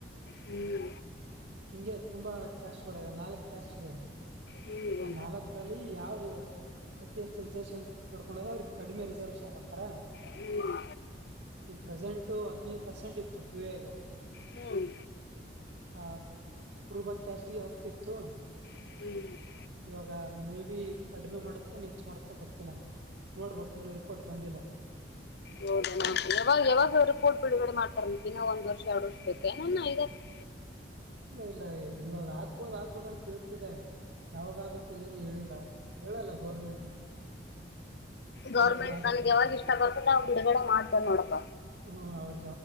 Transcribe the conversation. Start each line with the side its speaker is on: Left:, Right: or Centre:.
Left: ಹ್ಮ್
Right: ಮ ಹಿಂಗೆ ತುಂಬಾ ಕ್ಯಾಶ್ಗಳ ನಾಲ್ಕಕ್ ಕ್ಯಾಶ್ ಇದೆ
Left: ಹ್ಮ್
Right: ಆ ನಾಲ್ಕರಲ್ಲಿ ಯಾವ್ದು ಅತಿ ಹೆಚ್ಚುರ್ ಜಶಂ ೊಂಡ ಅವಿಗೆ ಕಡಿಮೆ ರಿಸರ್ವೇಶನ್ ಕೊಡ್ತಾರ
Left: ಹ್ಮ್
Right: ಈಗ ಪ್ರೆಸೆಂಟ್ ು ಹದಿನೈದು ಪರ್ಸೆಂಟ್ ಇತ್ತು ಟುವೇ ಈಗ
Left: ಹ್ಮ್
Right: ಆ ರೂಬ ಕ್ಯಾಶಿಗೆ ಹತ್ತ ಇತ್ತು
Left: ಹ್ಮ್
Right: ಇವಾಗ ಮೇ ಬಿ ಕಡಿಮೆ ಮಾಡುತ್ತೆ ನೆಚ್ಚ ಮಾಡುತ್ತೆ ಗೊತ್ತಿಲ್ಲ ನೋಡ್ಬಕ್ ಇನ್ನುೂ ಪಟ್ಬಂಧಲ್ಲ
Left: ಹೌದ ನ ಯಾವಾಗ ಯಾವಾಗ ರಿಪೋರ್ಟ್ ಬಿಡುಗಡೆ ಮಾಡ್ತಾರೆ ನ ಒಂದ್ ವರ್ಷ ಎರಡು ವರ್ಷ ಬೇಕ ಏನ ಇದತಿ
Right: ಇಲ್ಲ ಇಲ್ಲ ಇವಾಗ ಆಗ್ಬೋದ ಆಗ್ಬೋದ ಅಂತ ಕೇಳ್ತಿದಾರ ಯಾವಾಗಾಗುತ್ತೆ ಏನು ಹೇಳಿಲ್ಲ ಹೇಳಲ್ಲ ಗೌರ್ಮೆಂಟ್
Left: ಗೌರ್ಮೆಂಟ್
Right: ಇವಾಗೆ ಆಗುತ್ತ
Left: ನನಗೆ
Right: ಅಂತ
Left: ಯಾವಾಗ ಇಷ್ಟ ಬರ್ತದ ನ್ ಬಿಡುಗಡೆ ಮಾಡ್ತೇ ನೋಡಪ್ಪ
Right: ಹ್ಮ ಅವ್ರ